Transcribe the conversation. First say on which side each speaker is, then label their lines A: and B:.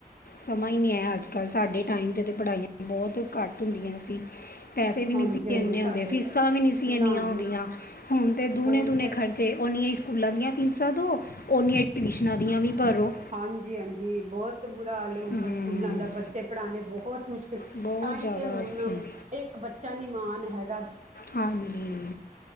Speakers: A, on the left; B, on the right.
A: ਸਮਾ ਈ ਨੀ ਆ, ਅੱਜ ਕੱਲ੍ਹ ਸਾਡੇ ਟਾਈਮ 'ਤੇ ਤਾਂ ਪੜ੍ਹਾਈਆਂ ਬੌਤ ਘੱਟ ਹੁੰਦੀਆਂ ਸੀ। ਪੈਸੇ ਵੀ ਨੀ
B: ਹਾਂਜੀ
A: ਸੀ,
B: ਹਾਂਜੀ
A: ਏਨੇ
B: ਸਾਡੇ
A: ਹੁੰਦੇ, ਫੀਸਾਂ
B: ਟਾਈਮ
A: ਵੀ ਨਹੀਂ ਸੀ ਏਨੀਆਂ
B: ਨਾ
A: ਹੁੰਦੀਆਂ,
B: ਨਾ
A: ਹੁਣ ਤੇ ਦੂਣੇ,
B: ਹੁਣ
A: ਦੂਣੇ
B: ਤੇ
A: ਖਰਚ ਅਤੇ ਓਨੀਆਂ ਹੀ ਸਕੂਲਾਂ ਦੀਆਂ ਫੀਸਾਂ ਦਿਉ, ਓਨੀਆਂ ਹੀ ਟਿਊਸ਼ਨਾਂ ਦੀਆਂ ਵੀ ਭਰੋ।
B: ਹਾਂਜੀ-ਹਾਂਜੀ, ਬੌਤ ਬੁਰਾ ਹਾਲ ਹੈ, ਹੁਣ
A: ਹਮ,
B: ਤਾਂ ਸਕੂਲਾਂ ਦਾ ਬੱਚੇ ਪੜ੍ਹਾਣੇ ਬਹੁਤ ਮੁਸ਼ਕਿਲ
A: ਬਹੁਤ
B: ਤਾਂਹੀ
A: ਜ਼ਿਆਦਾ
B: ਤੇ ਹੁਣ,
A: ਔਖੇ ਨੇ।
B: ਇੱਕ ਬੱਚਾ ਨੀ ਮਾਣ ਹੈਗਾ।
A: ਹਾਂਜੀ।